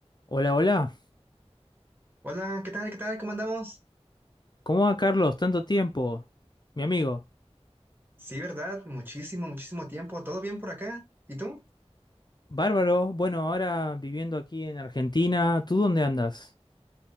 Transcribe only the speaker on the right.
Hola, ¿qué tal? ¿Qué tal? ¿Cómo andamos?
Sí, ¿verdad? Muchísimo, muchísimo tiempo. ¿Todo bien por acá? ¿Y tú?